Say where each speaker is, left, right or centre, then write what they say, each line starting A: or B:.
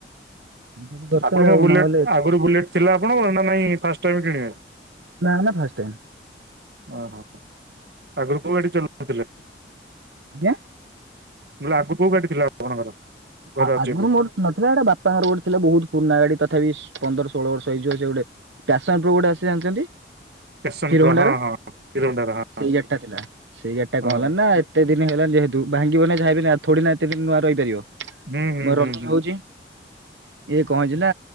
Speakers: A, on the right (about 90°); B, on the right (about 65°).
A: ସେଇଟା ତ ଦରକାର
B: ଆପଣଙ୍କର
A: ଆଉ
B: ବୁଲେଟ୍
A: ନହେଲେ
B: ଆଗରୁ ବୁଲେଟ୍ ଥିଲା ଆପଣଙ୍କ ନା ନାଇଁ ଫାଷ୍ଟ ଟାଇମ କିଣିଲେ।
A: ନା ନା ଫାଷ୍ଟ ଟାଇମ୍।
B: ଓହୋ ଆଗରୁ କୋଉ ଗାଡ଼ି ଚଲଉ ଥିଲ କି?
A: ଆଜ୍ଞା।
B: ଆଗ କୋଉ ଗାଡ଼ି ଥିଲା? ଆପଣଙ୍କର? ଘରେ ଅଛି
A: ଆଗରୁ
B: ଏବେ
A: ମୋର ନଥିଲା ଏଟା ବାପା ଘର ଗୋଟେ ଥିଲେ ବହୁତ- ପୁରୁଣା ଗାଡି ତଥାପି ପନ୍ଦର ଷୋହଳ ବର୍ଷ ହେଇଯିବ ସେ ଗୋଟେ ପେଶନ ପ୍ରୋ ଗୋଟେ ଆସେ ଜାଣିଛନ୍ତି।
B: ପେସନ
A: ହୀରୋହଣ୍ଡାର
B: ପ୍ରୋ ହଁ ହଁ ହିରୋ ହୋଣ୍ଡାର ହଁ
A: ସେଇ
B: ହଁ।
A: ଗାଡି ଟା ଥିଲା ସେଇ ଗାଡି ଟା
B: ହଁ।
A: କଣ ହେଲାଣି ନା ଏତେ ଦିନ ହେଲାଣି ଯେହେତୁ ଭାଙ୍ଗିବ ନା ଯାହା ବିି ନା ଥୋଡି ନା ଏତେ ଦିନ ନୂଆ ରହିପାରିବ।
B: ହୁଁ ହୁଁ
A: ମୋର
B: ହୁଁ
A: ରନିଂ
B: ହୁଁ।
A: ହଉଛି ଇଏ କଣ ହେଇଚି ନା